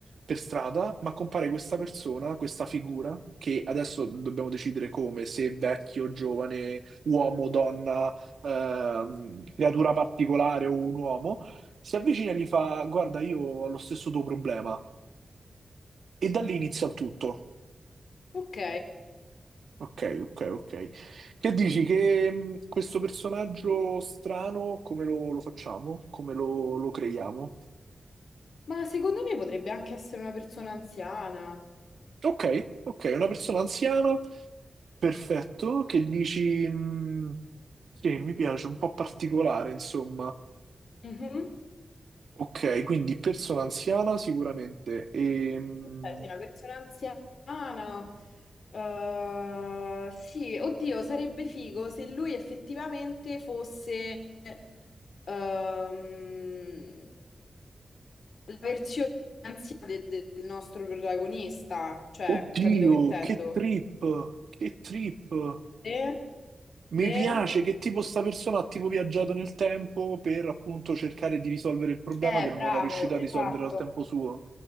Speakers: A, on the right; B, on the left.
A: per strada, ma compare questa persona, questa figura, che adesso dobbiamo decidere come, se vecchio, giovane, uomo, donna ehm, creatura particolare o un uomo, si avvicina e gli fa: Guarda, io ho lo stesso tuo problema. E da lì inizia il tutto.
B: Ok,
A: Ok, ok, ok. Che dici? Che mh, questo personaggio strano, come lo, lo facciamo? Come lo, lo creiamo?
B: ma secondo me potrebbe anche essere una persona anziana.
A: Ok, ok, una persona anziana, perfetto. Che dici? mh, sì, mi piace, un po' particolare, insomma.
B: Mhm.
A: Ok, quindi persona anziana sicuramente. Ehm,
B: Cioè, sei una persona anziana. eh, sì, oddio, sarebbe figo se lui effettivamente fosse ehm, la versione anziana de- de- del nostro protagonista. Cioè,
A: Oddio,
B: capito che intendo?
A: che trip, che trip.
B: Eh?
A: Mi
B: Beh,
A: piace che tipo sta persona ha tipo viaggiato nel tempo per appunto cercare di risolvere il problema
B: eh,
A: che non
B: bravo,
A: era riuscito a
B: esatto.
A: risolvere al tempo suo.